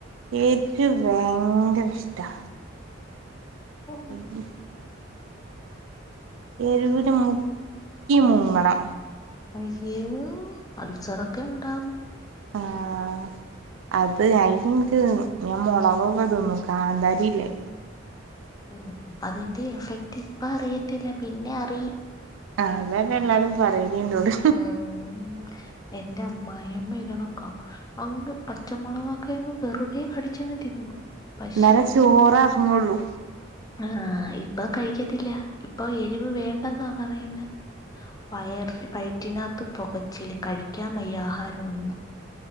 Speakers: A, on the right (about 80°); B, on the left (about 20°).
A: എരു വെയങ്കരഷ്ടാ അ
B: ഉം.
A: <inaudible> എരൂല് മുക്കി മുങ്ങണം
B: അയ്യേ അൾസറൊക്കെ ഉണ്ടാകും.
A: ആഹ് അത് അയിനിൻക്ക് ഞാ മൊളകൊക്കെ തിന്നും. കാന്താരിയില്ലേ
B: ഉം അതിന്റെ എഫക്ട് ഇപ്പ അറിയത്തില്ല പിന്നെ അറിയും
A: ആഹ് അതന്നെല്ലാരും പറയല്ന്നോട്
B: ഉം. എന്റെ അമ്മായിയമ്മ എഴ്ത്‌ണ കാ അങ്ങ് പച്ചമുളകൊക്കെ അങ്ങ് വെറുതെ കടിച്ചങ്ങ് തിന്നും പക്ഷേ
A: ഇന്നാലെ ചോറ് എറങ്ങൊള്ളൂ
B: ആഹ്. ഇപ്പൊ കഴിക്കത്തില്ല. ഇപ്പൊ എരിവ് വേണ്ടെന്നാ പറയുന്നെ വയ <unintelligible> വയറ്റിനാത്ത് പൊകച്ചില് കഴിക്കാൻമയ്യ ആഹാര ഒന്നും.